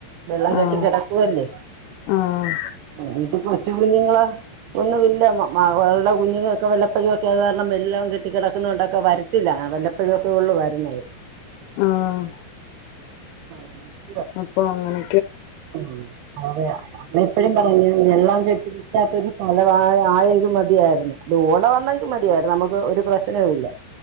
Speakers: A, on the right; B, on the left.
A: വെള്ളം കെട്ടി
B: ആഹ്
A: കെടക്കുവല്ലേ
B: ആഹ്
A: ഉം വീട്ടി കുളിച്ചു. കുഞ്ഞുങ്ങളോ ഒന്നുമില്ല. മകളുടെ കുഞ്ഞുങ്ങക്കെ വല്ലപ്പോഴുമെരിക്കെ ക്കെതു കാരണം വെല്ലം കെട്ടി കെടക്കുന്നക്കൊണ്ടൊക്കെ വെരത്തില്ല. ആ വെല്ലപ്പോഴൊക്കെള്ളു വരുന്നത്.
B: ആഹ്
A: ആഹ്
B: അപ്പൊ അങ്ങനെ
A: ഉം അതെ അമ്മ എപ്പഴും പറഞ്ഞു വെള്ളോം കി- കിട്ടാത്തൊരു സ്ഥലം ആയേലും മതിയായിരുന്നു അത് ഓടെവാന്നേലും മതിയായിരുന്നു നമുക്ക് ഒരു പ്രശ്നൊവില്ല